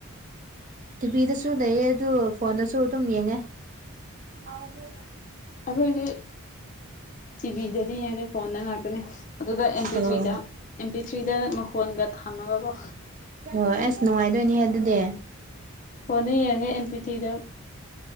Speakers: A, on the right; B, on the left.
A: ꯇꯤꯚꯤꯗꯁꯨ ꯂꯩꯌꯦ ꯑꯗꯨ ꯐꯣꯟꯗꯁꯨ ꯑꯗꯨꯝ ꯌꯦꯡꯉꯦ <unintelligible>
B: ꯑꯩꯈꯣꯏꯗꯤ ꯇꯤꯚꯤꯗꯗꯤ ꯌꯦꯡꯗꯧ ꯐꯣꯟꯗ ꯉꯥꯛꯇꯅꯦ ꯑꯗꯨꯒ ꯑꯦꯝ ꯄꯤ
A: ꯑꯣ
B: ꯊ꯭ꯔꯤꯗ ꯑꯦꯝ ꯄꯤ ꯊ꯭ꯔꯤꯗ ꯃꯈꯣꯟꯒ ꯊꯝꯃꯒꯀꯣ
A: ꯍꯣꯏꯣꯏ ꯑꯁ ꯅꯨꯡꯉꯥꯏꯗꯣꯏꯅꯦꯍꯦ ꯑꯗꯨꯗꯤ
B: ꯐꯣꯟꯗ ꯌꯦꯡꯉꯒꯦ ꯑꯦꯝ ꯄꯤ ꯇꯤꯗ